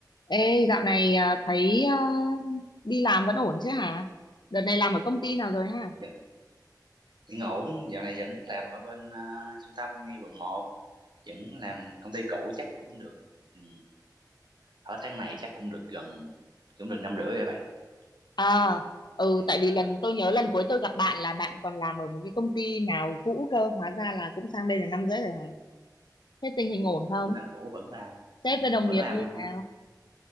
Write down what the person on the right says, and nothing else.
Dạ, vẫn ổn, dạo này vẫn làm ở bên à, trung tâm ngay quận một vẫn làm công ty cũ chắc cũng được. Ừ, ở tháng này chắc cũng được gần, cũng được năm rưỡi rồi bạn.
Ừ,
đây,
à,
đây,
ừ,
vẫn làm cũ vẫn làm,
ừ,
vẫn
làm,
à,